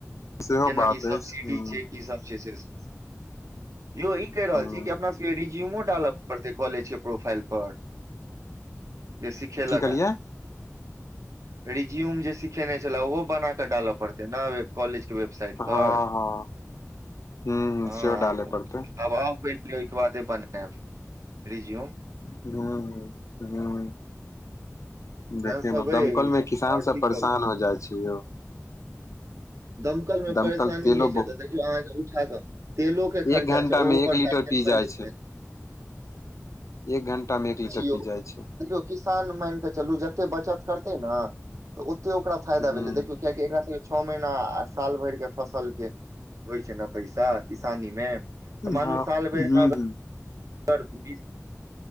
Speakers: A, on the left; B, on the right.
A: सेहो
B: केना
A: बात
B: की
A: अछि
B: सब्सिडी
A: हूं
B: छै की सब छै से सब। यौ ई कैह रहल
A: हूं
B: छी कि अपना सबके रिज्यूमो डालऽ परतै कॉलेज के प्रोफाइल पर? जे सिखेलक
A: की कहलियै
B: ए। रिज्यूम जे सिखेने छेल्ला ओहो बना कऽ डालऽ पड़तै न एब। कॉलेज के वेबसाइट पर
A: हँ हँ हूं
B: हँ
A: सेहो डाले
B: आब।
A: पड़तै
B: आब आउ पहिले ओयके बादे बनेएब रिज्यूम।
A: हूँ, हूँ।
B: सएह
A: देखियौ
B: सब
A: ने दमकल
B: अछि
A: मे किसान
B: आओर
A: सब
B: की
A: परेशान
B: कहू
A: हो जाय छै यौ।
B: दमकल मे
A: दमकल
B: परेशानी
A: तेलो
B: नै छै
A: बहु
B: तऽ देखियौ आहाँके उठा कऽ। तेलो के खर्चा
A: एक घंटा
B: छै ओहो
A: मे एक
B: पर
A: लीटर
B: सायकल
A: पी जाइ
B: <unintelligible> छै।
A: एक घंटा मे एक लीटर
B: यौ
A: पी जाय छै।
B: देखियौ किसान मैनकऽ चलू जते बचत करतेै न तऽ ओते ओकरा फायदा
A: हूं
B: भेलै देखियौ। कियाकि एकरा सब के छअ महीना आ साल भैर के फसल के- होय छै ने पैसा किसानी मे तऽ
A: हँ
B: मानू साल
A: हूं
B: भैर मे अगर
A: हूं
B: बीस-